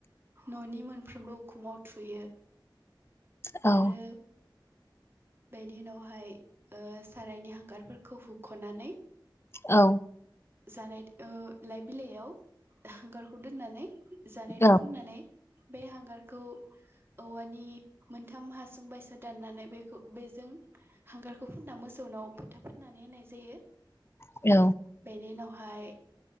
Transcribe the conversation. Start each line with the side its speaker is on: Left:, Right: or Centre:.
Right: न'नि मोनफ्रोमबो उखुमाव थुयो।
Left: औ।
Right: आरो बेनि उनावहाय ओ सारायनि हांगारफोरखौ हुखनानै
Left: औ।
Right: जानाय ओ लाइ बिलाइयाव हांगारखौ दोननानै जानाय थाव
Left: औ
Right: फुननानै बे हांगारखौ औवानि मोनथाम हासुं बायसा दाननानै बेखौ बेजों हांगारखौ फुनना मोसौनाव फोथा फोननानै होनाय जायो।
Left: औ
Right: बेनि उनाव हाय